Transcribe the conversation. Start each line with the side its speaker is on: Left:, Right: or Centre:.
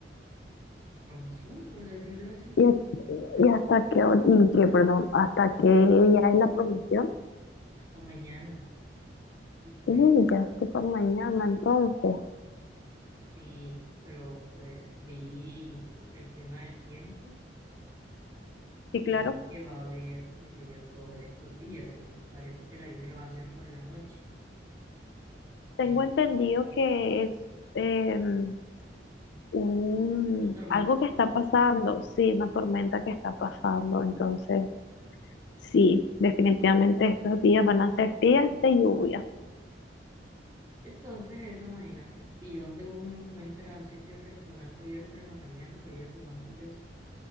Right: la promoción, por decirlo así.
Left: ¿Y, hasta
Right: Hasta
Left: y hasta
Right: mañana.
Left: qué hora, y qué, perdón, hasta qué día es la promoción?
Right: Hasta mañana. Y pues
Left: Uy, ya estoy con mañana, entonces.
Right: Sí, pero pues vi el clima del tiempo
Left: Sí,
Right: y
Left: claro.
Right: dije que va a haber pues lluvia todos estos días y parece que la lluvia va a ser por la noche.
Left: Tengo
Right: en
Left: entendido que es em, un,
Right: una tormenta
Left: algo
Right: tropical.
Left: que está pasando, sí, una tormenta que está pasando. Entonces, Sí, definitivamente estos días van a ser días de lluvia
Right: Entonces eso, imagínate. Y dónde uno encuentra sitio de restaurante abierto en la mañana para ir a comer hamburguesa.